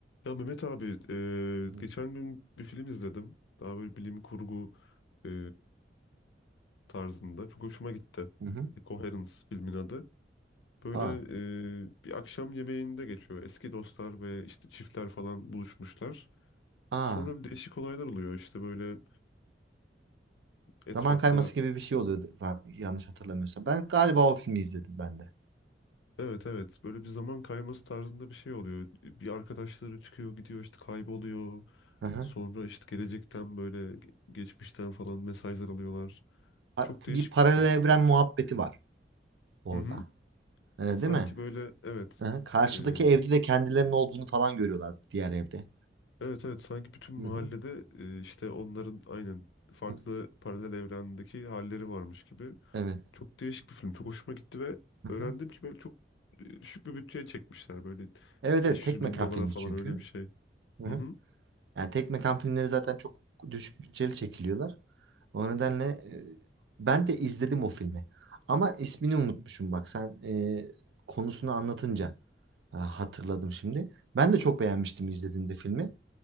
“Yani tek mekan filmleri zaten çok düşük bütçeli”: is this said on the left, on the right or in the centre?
Right